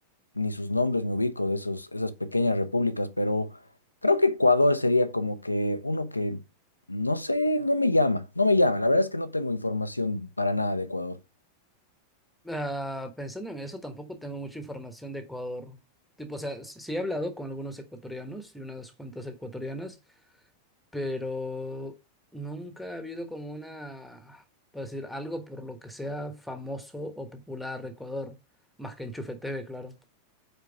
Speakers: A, on the left; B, in the centre.
A: ni sus nombres me ubico de esos, esas pequeñas repúblicas, pero creo que Ecuador sería como que uno que, no sé, no me llama, no me llama. La verdad es que no tengo información para nada de Ecuador.
B: Ah, pensando en eso, tampoco tengo mucha información de Ecuador. Tipo, o sea, s- sí he hablado con algunos ecuatorianos y unas cuantas ecuatorianas, pero nunca ha habido como una, por decir, algo por lo que sea famoso o popular Ecuador, más que Enchufe TV, claro.